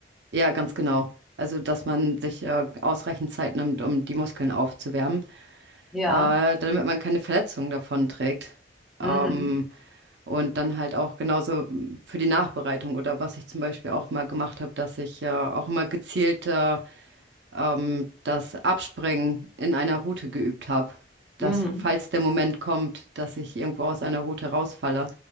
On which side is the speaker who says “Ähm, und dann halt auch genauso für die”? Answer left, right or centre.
Right